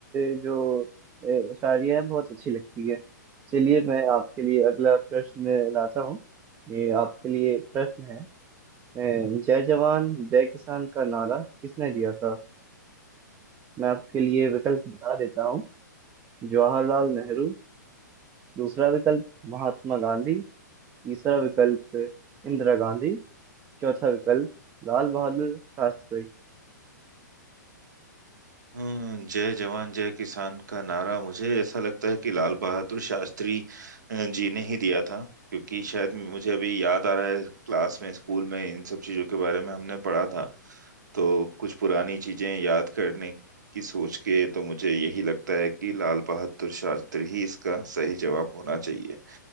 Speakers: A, on the right; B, on the right.
A: अ, जो अ, शायरियाँ हैं बहुत अच्छी लगती है चलिए मैं आपके लिए अगला प्रश्न लाता हूँ ये आपके लिए प्रश्न है अ, जय जवान जय किसान का नारा किसने दिया था मैं आपके लिए विकल्प बता देता हूँ जवाहरलाल नेहरू दूसरा विकल्प महात्मा गांधी तीसरा विकल्प इंदिरा गांधी चौथा विकल्प लाल बहादुर शास्त्री
B: हम्म जय जवान जय किसान का नारा मुझे ऐसा लगता है कि लाल बहादुर शास्त्री अ, जी ने ही दिया था क्योंकि शायद मुझे अभी याद आ रहा है क्लास में स्कूल में इन सब चीजों के बारे में हमने पढ़ा था तो कुछ पुरानी चीजें याद करने की सोच के तो मुझे यही लगता है कि लाल बहादुर शास्त्री ही इसका सही जवाब होना चाहिए